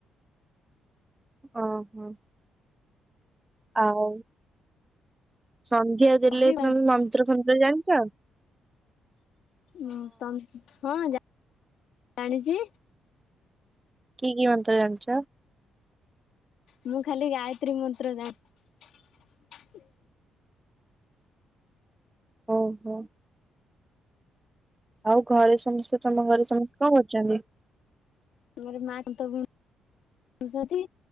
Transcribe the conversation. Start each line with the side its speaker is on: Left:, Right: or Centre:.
Right: ଓ ହୋ ଆଉ ସନ୍ଧ୍ୟା ଦେଲେ
Left: ବହି
Right: ତମେ ମନ୍ତ୍ର ଫନ୍ତ୍ର ଯା ଚ
Left: ଉଁ ତମ ହଁ ଜା ଜାଣିଚି
Right: କି କି ମନ୍ତ୍ର ଜାଣିଚ?
Left: ମୁଁ ଖାଲି ଗାୟତ୍ରୀ ମନ୍ତ୍ର ଜାଣ
Right: ଓ ହୋ ଆଉ ଘରେ ସମସ୍ତେ ତମ ଘରେ ସମସ୍ତେ କଣ କରୁଚନ୍ତି?
Left: ମୋର ମାଆ ତନ୍ତ ବୁଣୁଚନ୍ତି